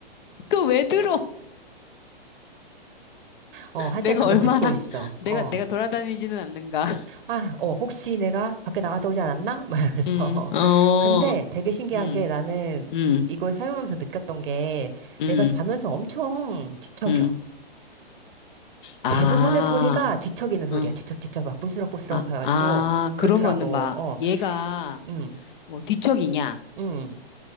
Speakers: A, on the left; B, on the right.
A: 그 왜 들어?
B: 어, 한참
A: 내가
B: 그걸
A: 얼마나,
B: 듣고 있어.
A: <laughs> 내가,
B: 어,
A: 내가 돌아다니지는 않는가.
B: 아, 어, 혹시 내가 밖에 나갔다 오지
A: 음,
B: 않았나? 막 이러면서.
A: 음, 어,
B: <laughs> 근데 되게 신기한
A: 음,
B: 게 나는
A: 음,
B: 이걸 사용하면서 느꼈던 게
A: 음,
B: 내가 자면서 엄청 뒤척여.
A: 음. 아,
B: 대부분의 소리가 뒤척이는 소리야.
A: 응,
B: 뒤척뒤척 막 부스럭부스럭
A: 아,
B: 해가지고
A: 아,
B: 그렇더라고.
A: 그러면은 막,
B: 어,
A: 얘가
B: 음,
A: 뭐 뒤척이냐,
B: 음,